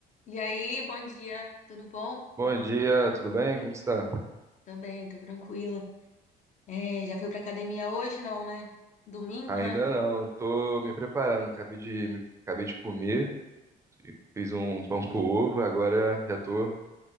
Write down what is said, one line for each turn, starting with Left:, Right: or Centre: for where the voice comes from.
Left: E aí, bom dia, tudo bom?
Right: Bom dia, tudo bem? Como que está?
Left: Tô bem, tô tranquila. É, já fui pra academia hoje, não, né? Domingo,
Right: Ainda
Left: né?
Right: não, tô me preparando. Acabei de, me- acabei de comer, fiz um pão com ovo, agora já tô